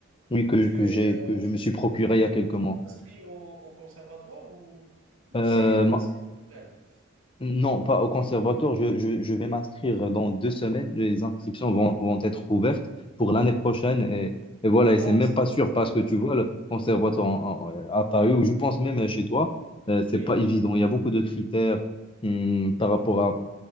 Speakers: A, on the left; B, on the right.
A: oui, que,
B: Tu
A: que
B: es,
A: j'ai
B: euh,
A: que je
B: tu,
A: me suis procuré
B: tu-
A: il y
B: tu
A: a quelques
B: es
A: mois.
B: inscrit au, au conservatoire ou, ou
A: Euh,
B: c'est euh,
A: ma-
B: c'est personnel?
A: non, pas au conservatoire. Je, je, je vais m'inscrire dans deux semaines. Les inscriptions vont, vont être ouvertes pour l'année prochaine et, et voilà. Et c'est
B: Ah,
A: même
B: c'est
A: pas sûr
B: très
A: parce
B: bien.
A: que tu vois le conservatoire en- en- euh, à Paris ou je pense même chez toi, euh,
B: Oui,
A: c'est pas évident. Il y a beaucoup de critères hum, par rapport à